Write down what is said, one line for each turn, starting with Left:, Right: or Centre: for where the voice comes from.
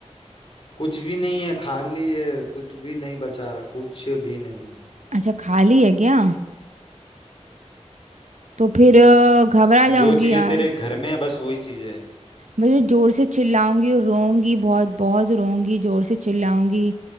Left: कुछ भी नहीं है खाली है कुछ भी नहीं बचा कुछ भी नहीं
Right: अच्छा खाली है क्या तो फिर अ, घबरा जाऊंगी
Left: जो चीजें
Right: यार
Left: तेरे घर में है बस वही चीजें है
Right: मैं जोर से चिल्लाऊंगी और रोऊंगी बहुत बहुत रोऊंगी जोर से चिल्लाऊंगी